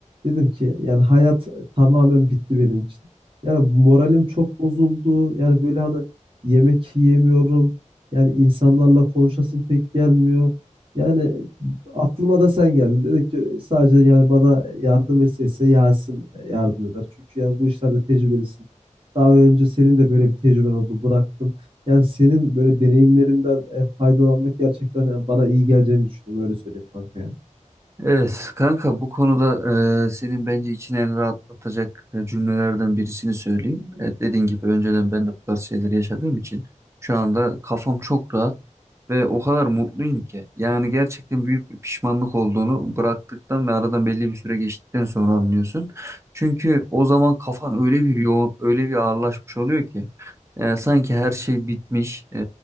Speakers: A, on the right (about 40°); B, on the right (about 20°).
A: dedim ki yani hayat tamamen bitti benim için. Yani moralim çok bozuldu. Yani böyle hani yemek yiyemiyorum. Yani insanlarla konuşasım pek gelmiyor. Yani aklıma da sen geldin. Dedim ki sadece yani bana yardım etse Yasin yardım eder. Çünkü yani bu işlerde tecrübelisin. Daha önce senin de böyle bir tecrüben oldu, bıraktın. Yani senin böyle deneyimlerinden e, faydalanmak gerçekten yani bana iyi geleceğini düşündüm öyle söyleyeyim kanka ya.
B: Evet kanka bu konuda e, senin bence içini en rahatlatacak e, cümlelerden birisini söyleyeyim. Evet, dediğin gibi önceden ben de bu tarz şeyleri yaşadığım için şu anda kafam çok rahat ve o kadar mutluyum ki. Yani gerçekten büyük bir pişmanlık olduğunu bıraktıktan ve aradan belli bir süre geçtikten sonra anlıyorsun. Çünkü o zaman kafan öyle bir yoğun, öyle bir ağırlaşmış oluyor ki. Yani sanki her şey bitmiş, e,